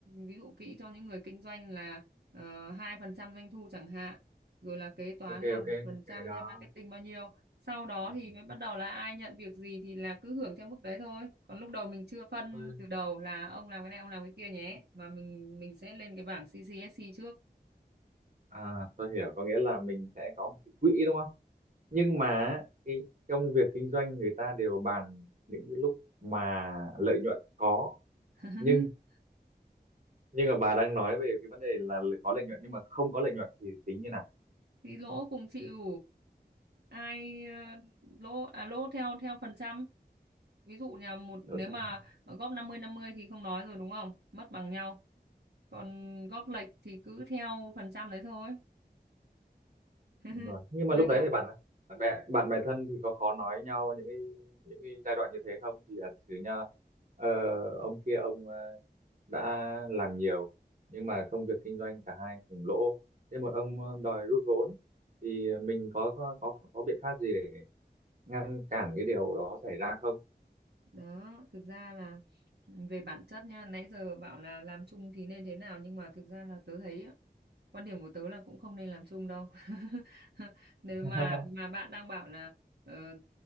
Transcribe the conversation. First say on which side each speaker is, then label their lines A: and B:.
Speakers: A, on the right (about 70°); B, on the right (about 50°).
A: ví dụ quỹ cho những người kinh doanh là ờ, hai phần trăm doanh thu chẳng hạn rồi là kế toán
B: ok
A: là một
B: ok
A: phần trăm
B: cái đó
A: hay marketing bao nhiêu sau đó
B: ừ,
A: thì mới bắt đầu là ai nhận việc gì thì là cứ hưởng theo mức đấy thôi còn lúc đầu mình chưa phân
B: tôi
A: từ đầu là ông làm cái này ông làm cái kia nhé mà mình mình sẽ lên cái bảng CCSC trước
B: à, tôi hiểu có nghĩa là mình sẽ có một cái quỹ đúng không nhưng mà cái công việc kinh doanh người ta đều bàn những cái lúc mà lợi nhuận có
A: <laughs>
B: nhưng nhưng mà bà đang nói về cái vấn đề là có lợi nhuận nhưng mà không có lợi nhuận thì tính như nào
A: Thì lỗ cùng chịu. Ai ờ, lỗ à lỗ theo theo phần trăm. Ví dụ nhà một nếu
B: Đó theo
A: mà
B: bạn
A: góp năm mươi năm mươi thì không nói rồi đúng không? Mất bằng nhau. Còn góp lệch thì cứ theo phần trăm đấy thôi. <laughs>
B: đúng rồi nhưng
A: Ơi
B: mà lúc đấy
A: có
B: thì bạn bạn bè bạn bè thân thì có khó nói nhau những cái những cái giai đoạn như thế không vì là thực sự nha ờ, ông kia ông ờ, đã làm nhiều nhưng mà công việc kinh doanh cả hai cùng lỗ thế một ông ờ, đòi rút vốn thì mình có có có, có biện pháp gì để ngăn cản cái điều đó xảy ra không
A: đó thực ra là về bản chất nha nãy giờ bảo là làm chung thì nên thế nào nhưng mà thực ra là tớ thấy á, quan điểm của tớ là cũng không nên làm chung đâu <laughs> nếu
B: <laughs>
A: mà mà bạn đang bảo là ờ,